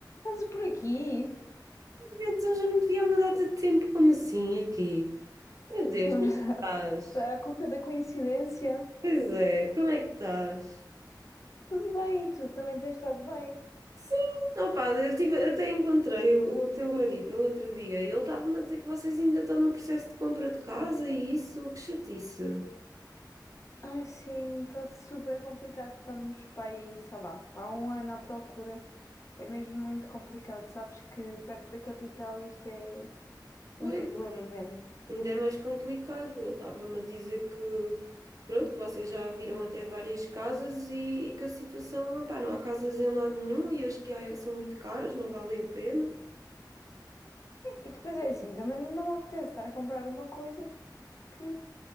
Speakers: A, on the left; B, on the right.
A: Estás por aqui?
B: Então já não te vi há uma data de tempo, como assim aqui? Meu Deus,
A: <laughs>
B: como é que estás?
A: A conta da coincidência.
B: Pois é, como é que estás?
A: Tudo bem, e tu também tens estado bem?
B: Sim, opá, eu tive, até encontrei o, o teu marido no outro dia e ele estava-me a dizer que vocês ainda estão no processo de compra de casa e isso, que chatice.
A: Ai, sim, está super complicado. Estamos para aí, sei lá, há um ano à procura. É mesmo muito complicado. Sabes que perto da capital isto é
B: Pois,
A: um problema mesmo.
B: ainda é mais complicado. Ele estava-me a dizer que, pronto, que vocês já viram até várias casas e, e que a situação, opá, não há casas em lado nenhum e as que há são muito caras, não valem a pena.
A: E depois é assim, também não me apetece estar a comprar uma coisa que